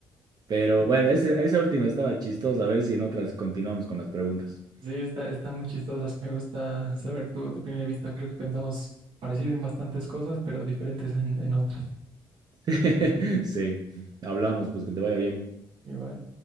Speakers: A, on the right; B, on the right.
A: Pero bueno, ese- esa última estaba chistosa. A ver si en otras continuamos con las preguntas.
B: Sí, está, están muy chistosas. Me gusta saber tu, tu primera vista. Creo que pensamos parecido en bastantes cosas, pero diferentes en, en otras.
A: <laughs> Sí, hablamos, pues que te vaya bien.
B: Igual.